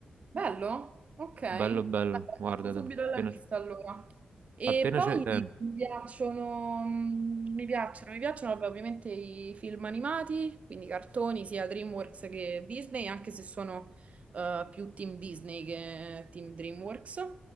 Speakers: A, on the right (about 50°); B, on the right (about 75°).
A: Bello? Ok. Dai,
B: Bello, bello,
A: metto
B: guardatelo.
A: subito alla
B: Appena,
A: lista allora. E
B: appena
A: poi
B: c'è tempo.
A: mi piacciono, mm, mi piacciono, mi piacciono vabbè, ovviamente i film animati, quindi cartoni sia DreamWorks che Disney, anche se sono eh, più team Disney che team DreamWorks.